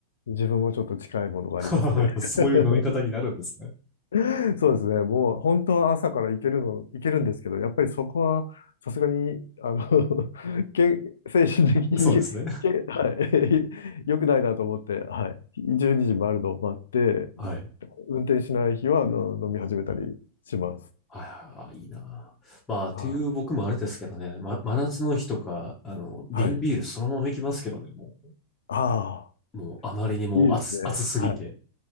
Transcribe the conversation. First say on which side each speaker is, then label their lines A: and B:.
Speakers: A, on the left; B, on the left.
A: 自分もちょっと近いものがありますね。
B: <laughs> やっぱそういう飲み方になるんですね。
A: <laughs> <laughs> そうですね。もう本当は朝から行けるの、行けるんですけど、やっぱりそこはさすがに、あの、<laughs> け、精神的に、
B: そうですね。
A: け、はい、<laughs> 良くないなと思って、はい。12時回るのを待って、
B: はい。
A: 運転しない日は、あの、飲み始めたりします。
B: はいはいはい、いいなまあ、っていう僕もあれですけどね、
A: はい。
B: ま、真夏の日とか、あの、瓶ビールそのまま行きますけどね、
A: はい。
B: もう。
A: あ
B: もうあまりにも熱、
A: あ、いいですね。
B: 熱すぎて。
A: はい。